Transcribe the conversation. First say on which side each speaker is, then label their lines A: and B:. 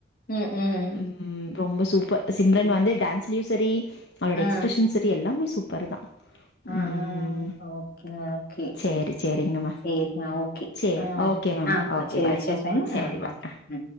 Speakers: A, on the left; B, on the left.
A: ம் ம்
B: ம் ரொம்ப சூப்பர் சிம்ரன்
A: ஓகே
B: வந்து டான்ஸ்லயு சரி அவ்ளோட
A: ஆ
B: எக்ஸ்ப்ரஷன் ச எல்லாமே சூப்பரு தா
A: ஆ
B: ம்
A: ஆ ஓகே அ ஓகே
B: சேரி சேரிங்க மேம்
A: செரிங்கா ஓகே
B: சேரி
A: ஆ
B: ஓகே மேம்
A: ஆ
B: ஓகே
A: சேர்
B: பாய்
A: வச்சிர்ர
B: சேரி
A: ஆ
B: பாய்
A: ஓகே ம்